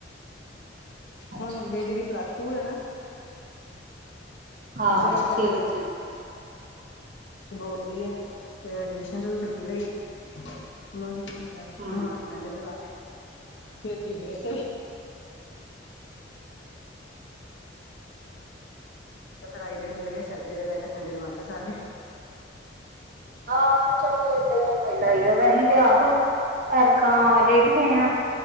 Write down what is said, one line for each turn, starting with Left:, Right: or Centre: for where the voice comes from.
Right: ਅੱਛਾ
Left: ਹੁਣ
Right: ਅੱਛਾ
Left: ਬੇਟੀ ਦੀ ਪਲੱਸ ਟੂ ਹੈ ਨਾ
Right: ਹਾਂ
Left: ਉਹਦੇ ਕਰਕੇ
Right: ਠੀਕ
Left: ਫੇਿਰ
Right: ਠੀਕ
Left: ਤੇ ਬੋਰਦੀ ਹੈ, ਤੇ ਟਿਊਸ਼ਨ ਤੋਂ ਵੀ ਛੁੱਟੀ ਲਈ ਉਹਨਾਂ ਨੂੰ ਦ
Right: ਹਮ
Left: ਹੁਣ ਠਂਡ ਤੇ ਲਾ ਫੇਿਰ ਦੀ ਫੇਰ ਸਹੀ ਤੇ ਫਿਰਈ ਦਿਨ ਚਲੇ ਗ ਸਚੇ ਦੇ ਰਹਿਠੰਡੇ ਨੂੰ ਵਾਪਸ ਆ ਗਏ <unintelligible> <inaudible>
Right: ਹਾਂ ਉਹਨੂੰ ਚਲੋ ਏਦਾਂ ਹੀ ਮਿਲ ਆਈ ਦਾ ਵੈਂਸੀ ਤੇ ਆਪ ਘਰ ਕਾ ਲੇਟ ਗਏ ਹਾਂ